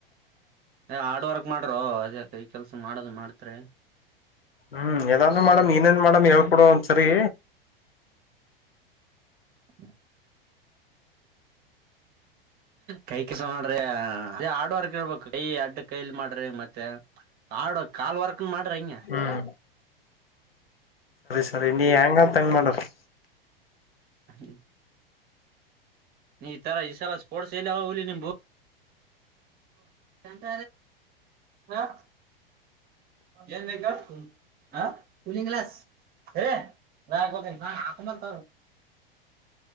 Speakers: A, on the right; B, on the left.
A: ಏ ಹಾರ್ಡ್ ವರ್ಕ್ ಮಾಡ್ರೋ ಅದ್ಯಾಕ ಈ ಕೆಲ್ಸ ಮಾಡದ ಮಾಡ್ತರೀ.
B: ಹ್ಮ ಯದ್ರೂ ಮೇಡಮ್ ಇನೇನ್ ಮೇಡಮ್ ಹೇಳ್ ಕೊಡ ಒಂದ್ ಸರಿ.
A: <inaudible> ಕೈ ಕೆಲ್ಸ ಮಾಡ್ರಿ ಅದ ಹಾಡ್ವರ್ಕ್ ಇಳ್ಬೇಕ ಕೈ ಅಡ್ಡ ಕೈಲಿ ಮಾಡ್ರಿ ಮತ್ತೆ ಕಾಡ ಕಾಲ್ ವರ್ಕ್ ಮಾಡ್ರ ಹಂಗ.
B: ಹ್ಮ್ ಅರಿ ನೀ ಹೆಂಗ ತಂಗ ಮಾಡರಿ
A: ಹ್ಮ ನೀ ಈ ತರ ಈ ಸಲ ಸ್ಪೋರ್ಟ್ಸ್ ಎಲ್ಲಿ ಹುಲಿ ನಿಂಬು ಹಂತ ಹ ಏನ್ ಹ ಕೂಲಿಂಗ್ ಕ್ಲಾಸ್ ಸ ನ ಹಾ ಹಾಕತ